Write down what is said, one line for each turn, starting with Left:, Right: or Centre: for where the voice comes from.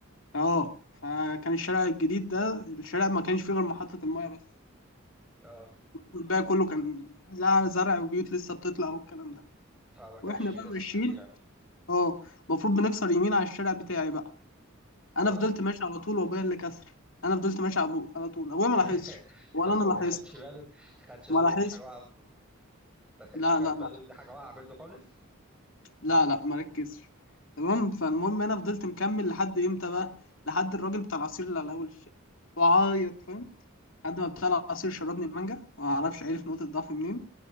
Left: اه فكان الشارع الجديد ده الشارع ما كانش فيه غير محطه المايه بس
Centre: آه
Left: والباقي كله كان زرع زرع وبيوت لسه بتطلع والكلام ده
Centre: فما كانش
Left: واحنا
Centre: في
Left: بقى
Centre: ناس
Left: ماشيين
Centre: كتيرة
Left: اه المفروض بنكسر يمين على الشارع بتاعي بقى
Centre: آه
Left: انا فضلت ماشي على طول وابويا اللي كسر انا فضلت ماشي على أبو- على طول ابويا ما
Centre: <laughs>
Left: لاحظش ولا
Centre: طب
Left: انا لاحظت
Centre: هو ما خدش باله ما خدش باله
Left: ما لاحظش
Centre: دي في حاجة واقعة ما خدش
Left: لا
Centre: في
Left: لا
Centre: باله
Left: لا
Centre: دي حاجة واقعة منه خالص
Left: لا لا ما ركزش تمام فالمهم انا فضلت مكمل لحد امتى بقى لحد الراجل بتاع العصير اللي على اول الشارع وعيط فاهم لحد ما بتاع العصير شربني مانجا ما اعرفش عرف نقطة ضعفي منين